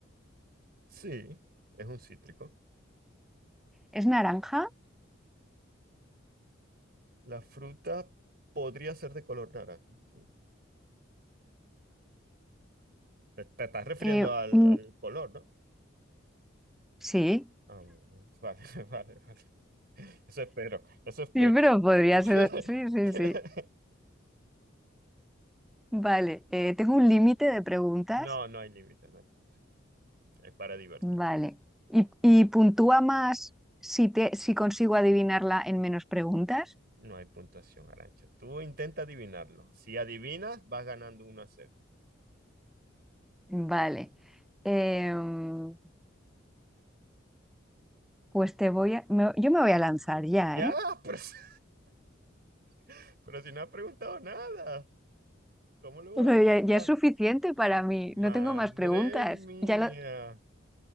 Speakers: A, on the right; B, in the centre.
A: Sí, es un cítrico.
B: ¿Es naranja?
A: La fruta podría ser de color naranja, sí. Te, te estás refiriendo
B: Eh,
A: al,
B: mm,
A: al color, ¿no?
B: sí,
A: Ah, bueno, bueno. vale, <laughs> vale, vale. Eso espero, eso espero.
B: sí, pero podría
A: <laughs>
B: ser. Sí, sí, sí. Vale, eh, tengo un límite de preguntas.
A: No, no hay límite, no hay límite. Es para divertir.
B: Vale. ¿Y, y puntúa más si, te, si consigo adivinarla en menos preguntas?
A: No hay puntuación, Arancha. Tú intenta adivinarlo. Si adivinas, vas ganando uno a cero
B: Vale. Em, pues te voy a... me- yo me voy a lanzar ya,
A: Ya,
B: ¿eh? <laughs>
A: pero, si- <laughs> pero si no has preguntado nada, ¿cómo lo
B: O
A: vas
B: sea,
A: a adivinar?
B: ya, ya es suficiente para mí.
A: Madre
B: No tengo más preguntas.
A: mía.
B: Ya lo,